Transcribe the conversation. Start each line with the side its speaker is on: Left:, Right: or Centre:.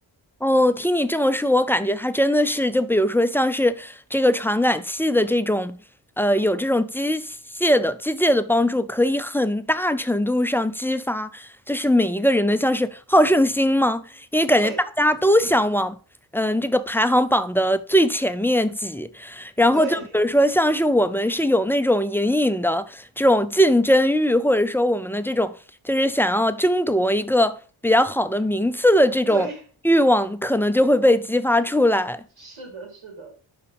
Centre: 哦，听你这么说，我感觉它真的是，就比如说像是这个传感器的这种，呃，有这种机械的机械的帮助，可以很大程度上激发，就是每一个人的像是好胜心吗？因为感觉大家都想往，
Right: 对
Centre: 嗯、这个排行榜的最前面挤，然后就比如说，
Right: 对
Centre: 像是我们是有那种隐隐的这种竞争欲，或者说我们的这种就是想要争夺一个比较好的名次的这种欲望，
Right: 对，
Centre: 可能就会被激发出来。
Right: 是的，是的，